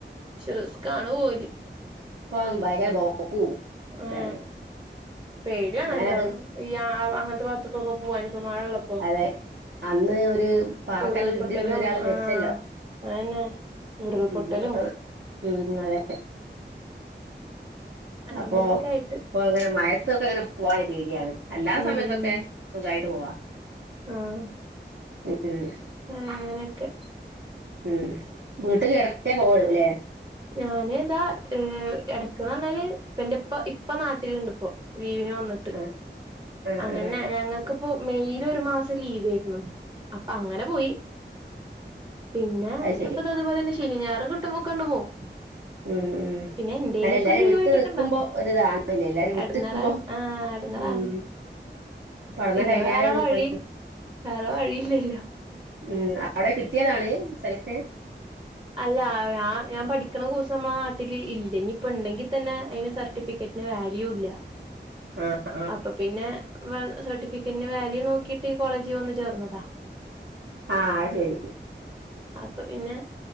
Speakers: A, on the right (about 25°); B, on the right (about 70°).
A: പക്ഷേ റിസ്ക്കാണ് പോവല്.
B: ഇപ്പം ഭയങ്കര ബ്ലോക്കും
A: ആ
B: ഒക്കെയാണ്
A: പേടിയാണല്ലോ
B: അങ്ങനട്
A: ഈ ആ അങ്ങൻത്ത വാത്തുക്കൊക്ക പോവാന് ഇപ്പോ മഴള്ളപ്പോ.
B: അതെ അന്ന് ഒരു പാറക്കല്ല്
A: ഉരുൾപൊട്ടലും
B: ഉരുണ്ട് വീണ് ഒരാള് മരിച്ചല്ലോ
A: ആ അതന്നെ. ഉരുൾപൊട്ടലും
B: ഉം പെട്ടെന്ന് ഉം അതെ
A: അങ്ങനൊക്കെ
B: അപ്പൊ
A: ആയിട്ട്
B: പ്പൊ അങ്ങനെ മയത്തൊക്കെങ്ങനെ പോവാന് പേടിയാണ്. അല്ലാത
A: ഉം
B: സമയത്തൊക്കെ
A: ഉം
B: സുഖായിട്ട് പോവാ.
A: ആഹ്
B: <unintelligible>
A: ഉം അങ്ങനെക്കെ
B: ഉം വീട്ട് എടക്കേ പോവൊള്ളൂല്ലേ
A: ഞാന് താ എടക്ക്ന്ന് പറഞ്ഞാല് എന്റെ ഇപ്പ ഇപ്പ നാട്ടിലുണ്ട് പ്പോ ലീവിന് വന്നി ട്ട്
B: ആ ആ
A: അങ്ങനെ
B: ആ
A: ഞങ്ങക്കിപ്പോ മെയില് ഒരു മാസം ലീവയിരുന്നു അപ്പ അങ്ങനെ പോയി പിന്നെ
B: അത് ശരി
A: അപ്പ അത അതുപോലെന്നെ ശനി ഞായറും കിട്ടുംപൊക്കാണ്ട് പോവും
B: മ് മ്
A: പിന്നെ എന്തേലൊക്കെ
B: അല്ല എല്ലാരും
A: ഒരു ലീവായിട്ടൊക്കെ
B: വിട്ട് നിക്കുമ്പോ
A: ഇണ്ടാവും
B: ഒര്താണ്ല്ല എല്ലാരും വിട്ട്
A: എടങ്ങേറാണ്
B: നിക്കുമ്പോ
A: ആഹ് എടങ്ങേറാണ്
B: ഉം പഠനം
A: പിന്നെ
B: കഴിഞ്ഞാലേ
A: വേറെ
B: ഉള്ളൂ
A: വഴി
B: ഇപ്പൊ
A: വേറെ വഴില്ലല്ലോ
B: ഉം അവടെ കിട്ടിയതാണ് സലക്ഷ
A: അല്ല <unintelligible> ഞാൻ പഠിക്ക്ണ കൊയ് നമ്മളെ നാട്ടില് ഇല്ല ഇനിയിപ്പ ണ്ടെങ്കി തന്നെ അയ്ന്റെ സർട്ടിഫിക്കറ്റിന് വാല്യൂ ഇല്ല
B: ആ ആ
A: അപ്പൊ പിന്നെ <unintelligible> സർട്ടിഫിക്കറ്റിന് വാല്യൂ നോക്കിട്ട് ഈ കോളേജിൽ വന്ന് ചേർന്നതാ
B: ആഹ് അത്ശരി
A: അപ്പൊ പിന്നെ